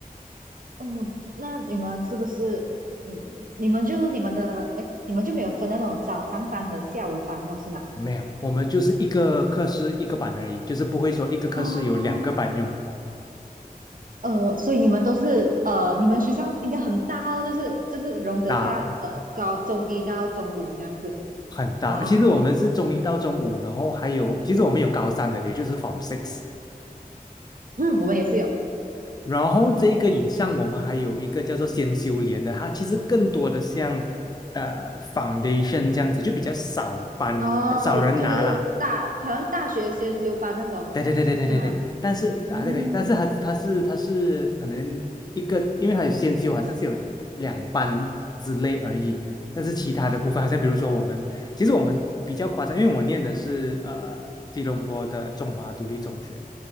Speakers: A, on the right (about 60°); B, on the left (about 25°).
A: 哦，那你们是不是，嗯，你们就你们的那，你们就没有分那种早上班和下午班哦，是吗？
B: 没有，我们就是一个课室一个班而已，就是不会说一个课室有两个班用，
A: 哦，呃，所以你们都是，呃，你们学校应该很大哦，就是就是容得下，
B: 大
A: 呃，高中一到中五这样子。
B: 很大。
A: 哇哦，
B: 其实我们是中一到中五，然后还有，其实我们有高三的，也就是 Form Six。
A: 嗯，我们也是有，
B: 然后这一个以上，我们还有一个叫做先修连的，它其实更多的像呃 Foundation 这样子，就比较少班少人拿啦。
A: 哦，就是大，好像大学先修班那种，
B: 对对对对对对对，
A: 是吗？
B: 但是啊对对，
A: 嗯
B: 但是他他是他是可能一个，因为他有先修，好像是有两班之类而已。但是其他的部分，好像比如说我们，其实我们比较夸张，因为我念的是呃吉隆坡的中华独立中学，